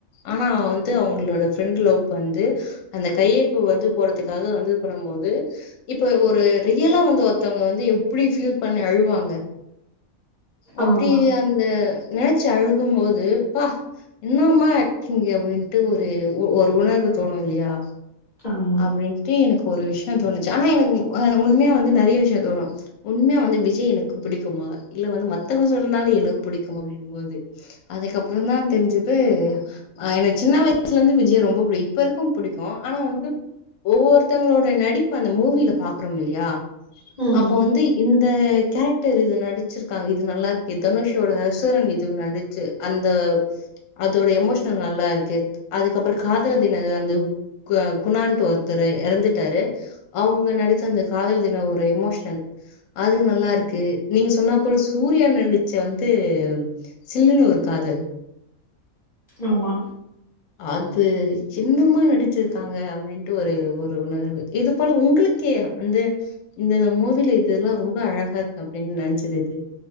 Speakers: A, on the left; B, on the left.
A: ஆனா வந்து அவங்களோட ஃப்ரெண்ட் லவ் பண்து அந்த கை யொப்பம் வந்து போடறதுக்காக வந்து இது பண்ணு போது இப்ப ஒரு ரியலா வந்து ஒருத்தவங்க வந்து எப்டி ஃபீல் பண்ணி அழுவாங்க அப்டி
B: ஆமா,
A: அந்த நெனச்சு அழுகும்போது ப்பா என்னமா ஆக்டிங்கு அப்டின்ட்டு ஒரு ஒரு உணர்வு தோணு இல்லயா
B: ஆமா.
A: அப்டின்ட்டு எனக்கு ஒரு விஷய தோணு ச்சு ஆனா எனக்கு உண்மையா வந்து நெறைய விஷயோ தோணு உண்மையா வந்து விஜய் எனக்கு புடிக்குமா இல்ல வந்து மத் த்தவங்க சொல்றதுனால எனக்கு புடிக்கும் அப்படிங்குபோது அதுக்கப்புறதா தெரிஞ்சுது எனக் சி ன்ன வயசுல இருந்து விஜய ரொம்ப புடிக்கு இப்பருக்கு புடிக்கு ஆனா வந்து ஒவ்வொருத்தவங்களோட நடிப் பு அந்த மூவியில பாக்குறோமில்லையா
B: ம்.
A: அப்போ வந்து இந் த கேரக்டர் இது நடிச்சிருக்காங்க இது நல்லா இருக்கு தனுஷோட அசுரன் இது நடிச்சு அந்த அதோட எமோஷனல் நல்லா இருக்கே அதுக்கப்புறோ காதலர் தின அந்த குணால் ட்டு ஒருத்தரு எறந்துட்டாரு அவங்க நடிச்ச அந்த காதலர் தின ஒரு எமோஷனல் அது நல்லா இருக்கு நீங்க சொன்ன போ சூ ரியா நடிச்ச வந்து சில்லுன்னு ஒரு காதல்
B: ஆமா
A: அது என்னமா நடிச்சிருக்காங்க அப்டின்ட்டு ஒரு ஒரு உணர்வு இது போல உங்களுக் கு வந்து இந்தந்த மூவியில இதெல்லா ரொம்ப அழகா இருக்கு அப்டின்னு நெனச்சது எது